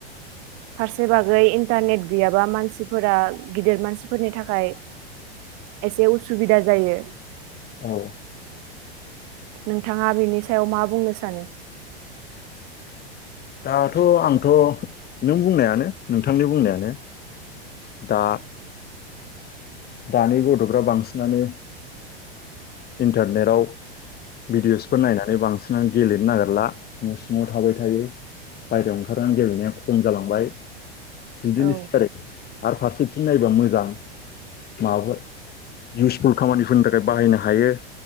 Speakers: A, on the right; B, on the left.
A: फारसे बागै इन्टारनेट गैयाबा मानसिफोरा गिदिर मानसिफोरनि थाखाय एसे उसुबिदा जायो।
B: औ
A: नोंथाङा बिनि सायाव मा बुंनो सानो?
B: दाथ' आंथ' नों बुंनायानो नोंथांनि बुंनायानो दा दानि गथ'फ्रा बांसिनानो इन्टारनेटाव भिडिअसफोर नायनानै बांसिन सिना गेलेनो नागिरला न' सिङाव थाबाय थायो बाहेरायाव ओंखारनानै गेलेनाया खम जालांबाय। बिदिनोसै
A: औ
B: आरो आरो फारसेथिं नायबा मोजां माबा इउसफुल खामानिफोरनि थाखाय बाहायनो हायो।